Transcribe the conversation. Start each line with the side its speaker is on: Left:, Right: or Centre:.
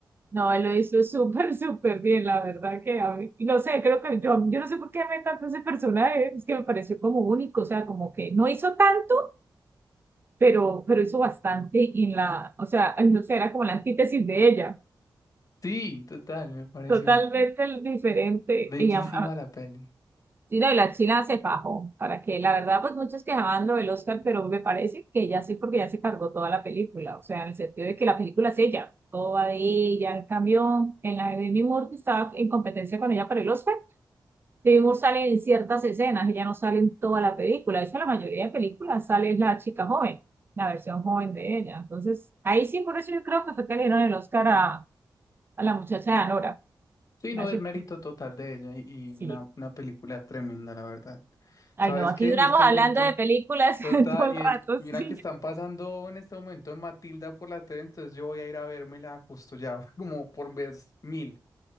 Right: No, él lo hizo súper, <laughs> súper bien, la verdad que a mí, y no sé, creo que yo, yo no sé por qué me encantó ese personaje, es que me pareció como único, o sea, como que no hizo tanto, pero, pero hizo bastante en la, o sea, ay, no sé, era como la antítesis de ella,
Left: Sí, total, me pareció
Right: totalmente diferente,
Left: bellísima
Right: y a-
Left: la peli.
Right: Sí, no, y la China se fajó, para que la verdad, pues muchos quejaban lo del Oscar, pero me parece que ya sí, porque ya se cargó toda la película, o sea, en el sentido de que la película es ella, todo va de ella, en cambio, en la de Demi Moore, que estaba en competencia con ella para el Oscar, Demi Moore sale en ciertas escenas, ella no sale en toda la película, de hecho, la mayoría de películas sale la chica joven, la versión joven de ella, entonces, ahí sí, por eso yo creo que fue que le dieron el Oscar a, a la muchacha de Anora,
Left: Sí, no,
Right: a ese-
Left: es mérito total de ella y, y
Right: sí.
Left: una, una película tremenda, la verdad.
Right: Ay,
Left: ¿Sabes
Right: no, aquí
Left: qué? En
Right: duramos
Left: este momento,
Right: hablando de películas <laughs>
Left: total,
Right: todo el
Left: y
Right: rato,
Left: es, mira
Right: sí,
Left: que están pasando en este momento en Matilda por la tele, entonces yo voy a ir a vérmela justo ya, <laughs> como por vez mil.